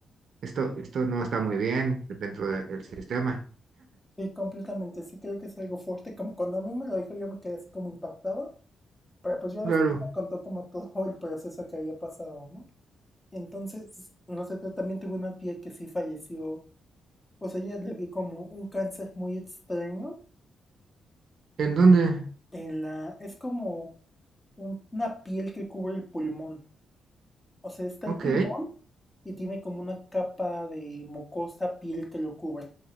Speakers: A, on the right; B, on the left.
A: esto, esto no está muy bien dentro del sistema.
B: Sí, completamente. Sí, creo que es algo fuerte. Como cuando a mí me lo dijo, yo me quedé así como impactado. Pero pues ya
A: Claro.
B: después me contó como todo el proceso que había pasado, ¿no? Entonces, no sé, yo también tuve una tía que sí falleció. O sea, ella le dio como un cáncer muy extraño
A: ¿En dónde?
B: en la... Es como un- una piel que cubre el pulmón. O sea, está
A: Ok,
B: el pulmón y tiene como una capa de mucosa piel que lo cubre.